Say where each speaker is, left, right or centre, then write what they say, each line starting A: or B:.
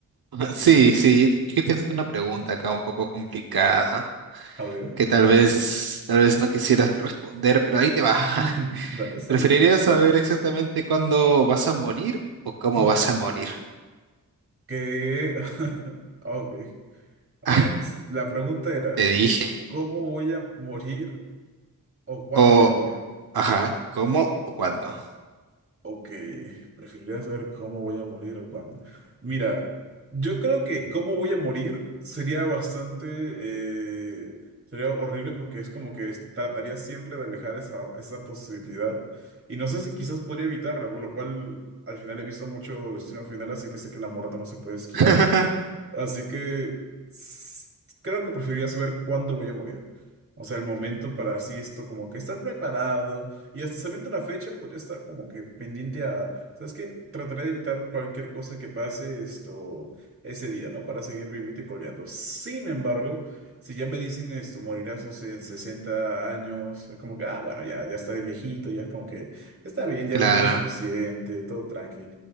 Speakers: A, on the right; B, on the right.
A: <laughs> sí, sí, yo quería hacerte una pregunta acá un poco complicada,
B: A ver.
A: que tal vez, tal vez no quisieras <laughs> responder, pero ahí te va.
B: <laughs>
A: <laughs>
B: Dale, está
A: ¿Preferirías
B: bien.
A: saber exactamente cuándo vas a morir o cómo
B: Oh,
A: vas a morir?
B: que... <laughs> Ah, Ok. A
A: Ah,
B: ver, s- la pregunta era,
A: te dije.
B: ¿Cómo voy a morir o cuándo
A: O,
B: voy a morir?
A: ajá, ¿cómo o cuándo?
B: Ok, preferiría saber cómo voy a morir o cuándo. Mira, yo creo que cómo voy a morir sería bastante, eh, sería horrible porque es como que es- trataría siempre de alejar esa, esa posibilidad. Y no sé si quizás podría evitarla, por lo cual al final he visto mucho Destino Final, así que sé que la muerte no se puede esquivar.
A: <laughs>
B: Así que s- creo que preferiría saber cuándo voy a morir. O sea, el momento para así esto, como que estar preparado y hasta sabiendo la fecha, podría estar como que pendiente a, ¿sabes qué? Trataré de evitar cualquier cosa que pase esto ese día, ¿no? Para seguir vivito y coleando. Sin embargo, si ya me dicen esto, morirás, no sé, en 60 años, es como que, ah, bueno, ya, ya está de viejito, ya es como que está bien, ya
A: Claro.
B: viví lo suficiente, todo tranqui.